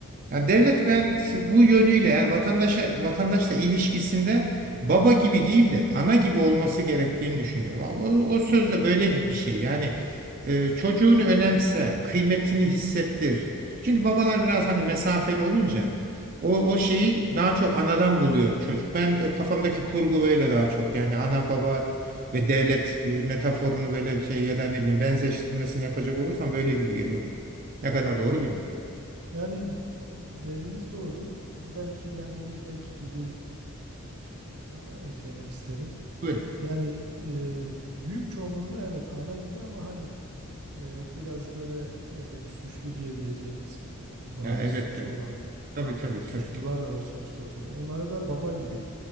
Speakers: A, on the right (about 40°); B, on the right (about 80°).
A: Yani devlet ben bu yönüyle yani vatandaşa vatandaşla ilişkisinde baba gibi değil de ana gibi olması gerektiğini düşünüyorum. O, o söz de böyle bir şey. Yani e, çocuğunu önemse, kıymetini hissettir. Çünkü babalar biraz hani mesafeli olunca o, o şeyi daha çok anadan buluyor çocuk. Ben e, kafamdaki kurgu böyle daha çok. Yani ana baba ve devlet e, metaforunu böyle bir şey ya da ne bileyim benzeştirmesini yapacak olursam böyle gibi geliyor bana. Ne kadar
B: Evet.
A: doğru bilmiyorum.
B: Yani dediğiniz doğru. Belki yani bir ek gibi e, a- eklemek isterim.
A: Buyurun.
B: Yani e, büyük çoğunluğunu evet ana gibi ama hani e, biraz böyle ne bileyim suçlu diyebileceğimiz bariz
A: Ya elbette.
B: suçu olan
A: Tabii tabii
B: Yani suçlular
A: tabii ki.
B: da var sonuçta toplum. Onlara da baba gibi.